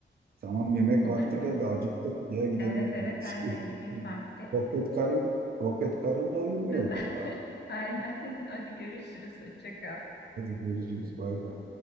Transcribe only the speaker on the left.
Olur
mu?
Evet evet aynen
yemek vakti.
<laughs>
Aynen. <laughs> Hadi görüşürüz. Hoşça kal.